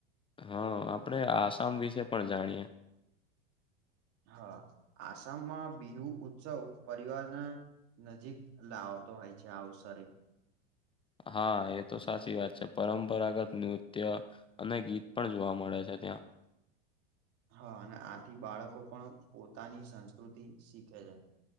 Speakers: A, on the left (about 15°); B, on the right (about 50°).
A: હા આપડે આ સાંભળી છે પણ વિશે જાણીયએ
B: હા આસામમાં બિહુ ઉત્સવ પરિવારના નજીક લાવતો હોય છે આવુંસર
A: હા એ તો સાચી વાત છે પરંપરાગત નૃત્ય અને ગીત પણ જોવા મળે છે જ ત્યાં
B: હા અને આથી બાળકો પણ પોતાની સંસ્કૃતિ શીખે છે